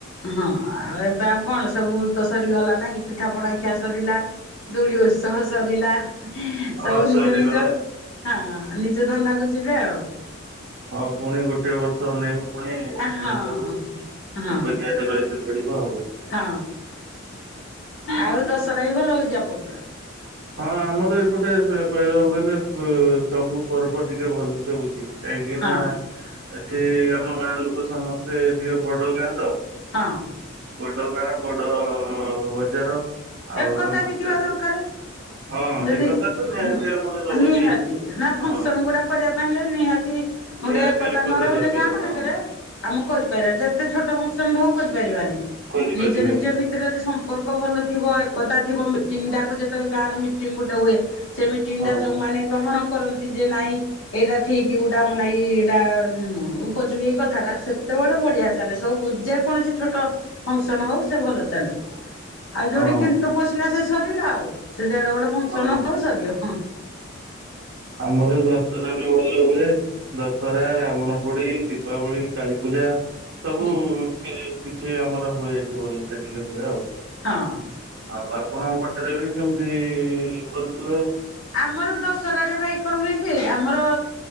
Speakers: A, on the left; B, on the right.
A: ହଁ ଆଉ ଏବେ ଆଉ କଣ ସବୁ ତ ସରିଗଲା ନାଇ କି ପିଠାପଣା ଖିଆ ସରିଲା। ଦୁଳି ଉତ୍ସବ ସରିଲା
B: ହଁ
A: ସବୁ
B: ସରିଗଲା
A: ନିଜ ନିଜ ହଁ ନିଜ ଧନ୍ଦା କୁ ଯିବେ ଆଉ।
B: ହଁ ପୁଣି ଗୋଟେ ବର୍ଷ ଅନେଇବୁ ପୁଣି
A: ହଁ।
B: ରଜକୁ
A: ହଁ
B: ଅପେକ୍ଷା କରି ରହିଥିବୁ। ପଡିବ ଆଉ।
A: ହଁ ଆଉ ଦଶହରା ବି ଭଲ ହଉଚି ଆପଣଙ୍କର?
B: ହଁ ଆମର ଏପଟେ ସ କହିବାକୁ ଗଲେ ପ ସବୁ ପର୍ବ ଟିକେ ଭଲସେ ହଉଚି। କାହିଁକି ନା
A: ହଁ
B: ଏଠି ଆମ ଗାଁ ଲୋକ ସମସ୍ତେ ଟିକେ ବଡ ଗାଁ ତ
A: ହଁ
B: ବଡ ଗାଁ ବଡ ବଜାର। ଆଉ
A: ଏକତା
B: ସମସ୍ତେ
A: ବି ଥିବା ଦରକାର।
B: ହଁ
A: ଯଦି
B: ଏକତା
A: ଉଁ
B: ତ ନିହାତି ଆମର ରହୁଛି
A: ନିହାତି ନା ଫଙ୍କସନ
B: ହଁ
A: ଗୁଡା କରିବା ପାଇଁ ହେଲେ ନିହାତି ତି ଗୋଟେ
B: ନିହାତି
A: ଏକତା ନ ରହିଲେ
B: ଦରକାର
A: ଗାଁ ମାନଙ୍କରେ
B: ହଁ
A: ଆମେ କରିପାରିବାନି ଯେତେ ଛୋଟ ଫଙ୍କସନଟେ ହଉ କରିପାରିବାନି।
B: କରିପାରିବାନି
A: ନିଜ ନିଜ ଭିତ ତରେ ଯଦି ସମ୍ପର୍କ ଭଲ ଥିବ। ଏକତା ଥିବ ମିଟିଂଟାକୁ ଯେତେବେଳେ ଗାଁରେ ମିଟିଂ ଗୋଟେ ହୁଏ ସେ ମିଟିଙ୍ଗ
B: ହଁ।
A: ଟା ଯୋଉମାନେ ଗ୍ରହଣ କରନ୍ତି ଯେ ନାଇଁ ଏଇଟା ଠିକ ଗୋଟା ଆମ ଲାଗି ଏଇଟା ଉପଯୋଗୀ କଥାଟା ସେତେ ବେଳେ ବଢିଆ ଚାଲେ ସବୁ ଯେକୌଣସି ଛୋଟ ଫଙ୍କସନ ହଉ ସେ ଭଲ ଚାଲେ। ଆଉ
B: ହଁ
A: ଯୋଉଠି କିନ୍ତୁ ପଶିଲା ସେ ସରିଲା ଆଉ। ସେ ଯେଡେ ବଡ ଫଙ୍କସନ
B: ହଁ
A: ହଉ ସରିବ। ହଁ।
B: ଆମର ରାସ୍ତାରେ ବି ଭଲ ହୁଏ। ଦଶହରା, ରାବଣ ପୋଡି, ଦୀପାବଳି, କାଳୀପୂଜା। ସବୁ
A: ହୁଁ
B: କେଶ୍ କିଛି ଆମର ହୁଏ ଏଇଠି ଭଲ ସେ ଟିକେ ହୁଏ ଆଉ।
A: ହଁ।
B: ଆଉ ଆପଣଙ୍କ ପଟ ରେ ବି ସେମିତି କରୁଥିବେ?
A: ଆମର ଦଶହରାରେ ଭାଇ କଣ ହୁଏ କି ଆମର